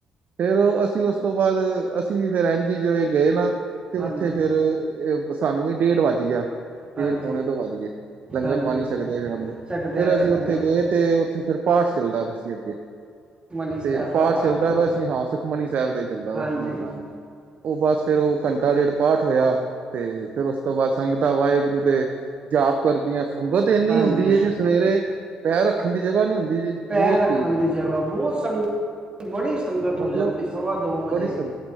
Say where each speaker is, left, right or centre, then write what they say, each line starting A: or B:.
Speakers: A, on the right; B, on the right.
A: ਫੇਿਰ ਉਹ ਅਸੀਂ ਉਸ ਤੋਂ ਬਾਅਦ ਅਸੀਂ ਵੀ ਫਿਰ ਐਨ ਜੀ ਜਿਵੇਂ ਗਏ ਨਾ ਤੇ ਉੱਥੇ
B: ਹਾਂਜੀ
A: ਫੇਿਰ ਸਾਨੂੰ ਵੀ ਡੇਢ ਵੱਜ ਗਿਆ ਡੇਢ
B: ਹਾਂਜੀ
A: ਪੌਣੇ ਤੋਂ ਵੱਜ ਗਏ, ਲੰਗਰ
B: ਹਾਂਜੀ
A: ਪਾਣੀ ਛਕਦੇ ਆ ਜਾਂਦੇ
B: ਛਕਦਿਆਂ
A: ਫੇਰ
B: ਕਰਦਿਆਂ
A: ਅਸੀਂ ਉੱਥੇ ਗਏ ਤੇ ਉੱਥੇ ਫਿਰ ਪਾਠ ਚੱਲਦਾ ਵਆ ਸੀ ਅੱਗੇ,
B: ਮਨੀ ਸਾਹਿਬ
A: ਤੇ ਪਾਠ
B: ਦਾ
A: ਚੱਲਦਾ
B: ਕਰੀਦਾ
A: ਵਾ ਸੀ ਹਾਂ ਸੁਖਮਨੀ ਸਾਹਿਬ ਦਾ ਹੀ ਚੱਲਦਾ
B: ਹਾਂਜੀ
A: ਵਸੇਰੇ ਨਾਲ, ਉਹ ਬਸ ਫੇਰ ਉਹ ਘੰਟਾ ਡੇਢ ਪਾਠ ਹੋਇਆ ਤੇ ਫੇਰ ਉਸ ਤੋਂ ਬਾਅਦ ਸੰਗਤਾਂ ਵਾਹਿਗੁਰੂ ਦੇ ਜਾਪ ਕਰਦੀਆਂ ਸੰਗਤ ਇੰਨੀ
B: ਹਾਂਜੀ
A: ਹੁੰਦੀ ਹੈ ਜੀ ਸਵੇਰੇ, ਪੈਰ ਰੱਖਣ ਦੀ ਜਗ੍ਹਾ ਨਹੀਂ ਹੁੰਦੀ ਜੀ
B: ਪੈਰ
A: ਬਹੁਤ
B: ਰੱਖਣ
A: ਭੀੜ ਹੁੰਦੀ
B: ਦੀ ਜਗ੍ਹਾ ਬਹੁਤ ਸੰਗਤ- ਬੜੀ ਸੰਗਤ
A: ਮਤਲਬ
B: ਹੋ ਜਾਂਦੀ ਸ ਦੋ ਵਜੇ-
A: ਬੜੀ ਸੰਗਤ